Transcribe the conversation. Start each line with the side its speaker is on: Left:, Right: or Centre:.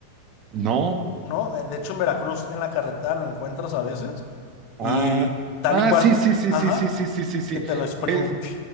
Right: No.
Left: ¿no? De hecho, en Veracruz, en la carretera lo encuentras a veces y
Right: Ah,
Left: tal
Right: ah,
Left: y cual,
Right: sí, sí, sí,
Left: ajá,
Right: sí, sí, sí, sí, sí, sí.
Left: que te lo exprimen.
Right: Es-